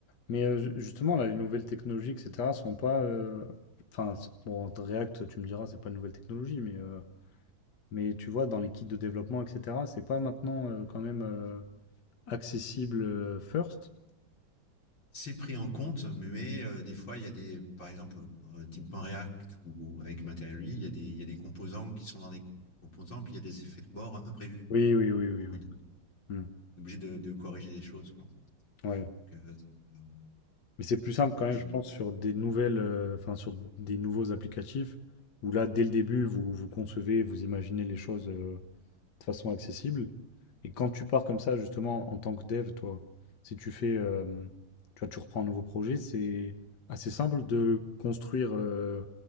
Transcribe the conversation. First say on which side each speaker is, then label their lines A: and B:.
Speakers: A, on the left; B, on the left.
A: Mais euh, ju- justement, là, les nouvelles technologies, etc., sont pas. euh, Enfin, c'est- bon, React, tu me diras, c'est pas une nouvelle technologie, mais. euh, Mais tu vois, dans les kits de développement, et cetera, c'est pas maintenant euh, quand même euh, accessible euh, first?
B: c'est pris en compte, mais euh, des fois, il y a des, par exemple, euh, typiquement React ou avec Material il y a des, il y a des composants qui sont dans les composants, puis il y a des effets de bord imprévus.
A: Oui, oui, oui, oui,
B: Donc,
A: oui.
B: on est
A: Hmm,
B: obligé de, de corriger les choses. Quoi.
A: ouais.
B: Donc, euh, c'est- euh,
A: Mais c'est plus simple quand même,
B: et
A: je pense, sur des nouvelles, euh, enfin, sur des nouveaux applicatifs, où là, dès le début, vous, vous concevez, vous imaginez les choses. euh, de façon accessible. Et quand tu pars comme ça, justement, en tant que dev, toi, si tu fais, euh, tu vois, tu reprends un nouveau projet, c'est assez simple de construire euh,